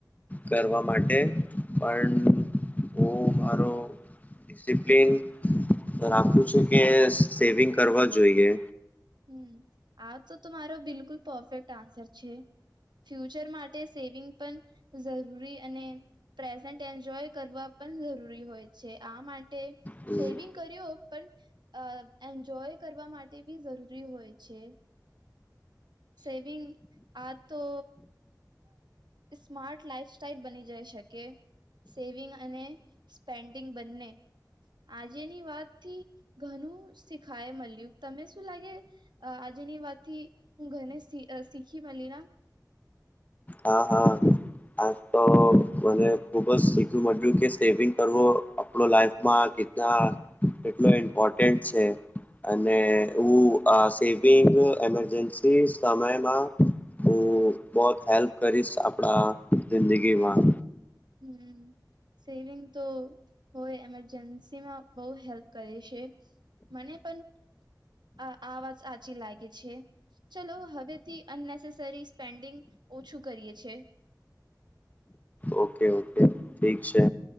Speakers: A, on the left (about 20°); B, on the right (about 90°).
A: કરવા માટે પણ હું મારો ડિસિપ્લિન રાખું છું કે સેવિંગ કરવા જોઈએ
B: હમ આ તો મારો બિલકુલ પરફેક્ટ આન્સર છે ફ્યુચર માટે સેવિંગ પણ જરૂરી અને પ્રેઝન્ટ એન્જોય કરવા પણ જરૂરી હોય છે આ માટે
A: હમ,
B: સેવિંગ કર્યો પણ એન્જોય કરવા માટે જરૂરી હોય છે સેવિંગ આ તો સ્માર્ટ લાઈફ સાઈલ બની જાય શકે સેવિંગ અને સ્પેન્ડિંગ બંને આજેની વાતથી ઘણું શીખાય મળ્યું તમે શું લાગે આજેની વાત થી હું ઘને શીખી મળલી ના
A: હા હા આજ તો મને ખુબ જ શીખું મળ્યું કે સેવિંગ કરવો આપણો લાઈફમાં કેટના કેટલો ઇમ્પોર્ટન્ટ છે અને હું સેવિંગ એમરજન્સી સમયમાં હું બહ હેલ્પ કરીશ આપણા જિંદગીમાં
B: હમ સેવિંગ તો હોય એમરજન્સીમાં બહુ હેલ્પ કરે છે મને પણ આ આવાજ સાચી લાગે છે ચલો હવેથી અનનેસેસરી પેન્ડિંગ ઓછું કરીએી
A: ઓકે ઓકે ઠીક છે